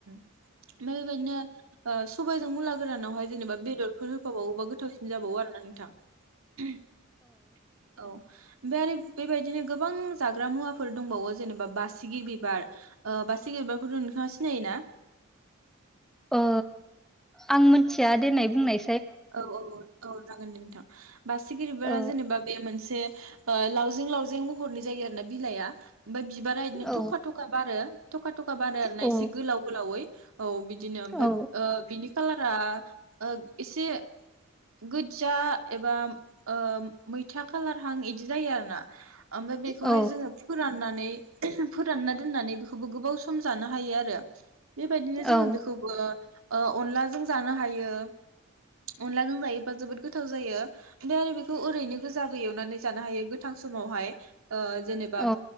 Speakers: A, on the right; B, in the centre.
A: ओमफाय बेबायदिनो ओ सबायजों मुला गोरानावहाय जेनेबा बेदरफोर होफाबावोबा गोथावसिन जाबावो आरो ना नोंथां। औ ओमफाय आरो बेबाय दिनो गोबां जाग्रा मुवाफोर दंबावो जेनेबा बासिगि बिबार ओ बासिगि बिबार खौथ' नोंथांङा सिनायोना
B: ओ आं मोनथिया देनाय बुंनाय
A: औ औ औ औ जागोन नोंथां बासिगिरिबो
B: औ
A: जेनेबा बे मोनसे से लावजें लावजें महरनि जायो आरोना बिलाइआ ओमफ्राय बिबारा बिदिनो
B: औ
A: थखा थखा बारो थखा थखा बारो आरो ना
B: औ
A: एसे गोलाव गोलावै <unintelligible> औ बिदिनो ओमफाय
B: औ औ
A: ओ बिनि कालारा आ एसे गुज्जा एबा अ मैथा खालारहां इदि जायो आरो ना ओमफ्राय बेखौहाय
B: औ
A: जोङो फोरान नानै फोरानना दोननानै बेखौबो गोबाव सम जानो हायो आरो बेबायदिनो जोङो
B: औ
A: बेखौबो अ अनलाजों जानो हायो अनलाजों जायो बा जोबोर गो गोथाव जायो ओमफ्राय आरो बेखौ ओरैनो गोजाबो एवनानै जानो हायो गोथां समावहाय जेनेबा
B: औ